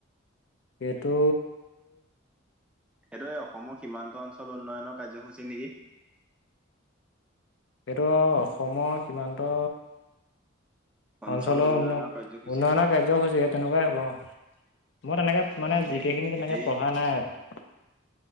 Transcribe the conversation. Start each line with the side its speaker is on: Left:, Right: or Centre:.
Left: এইটো
Centre: সেইটোৱে অসমৰ সীমান্ত অঞ্চল উন্নয়নৰ কাৰ্যসূচী নেকি?
Left: এইটো অসমৰ কিমানটো
Centre: অঞ্চল
Left: অঞ্চলৰ
Centre: উন্নয়নৰ
Left: উন্ উন্নয়নৰ
Centre: কাৰ্যসূচী।
Left: কাৰ্যসূচী তেনেকুৱাই হ'ব মই তেনেকে
Centre: অ
Left: মানে যিকেই
Centre: এই
Left: খিনি তেনেকে
Centre: হেৰি
Left: পঢ়া নাই।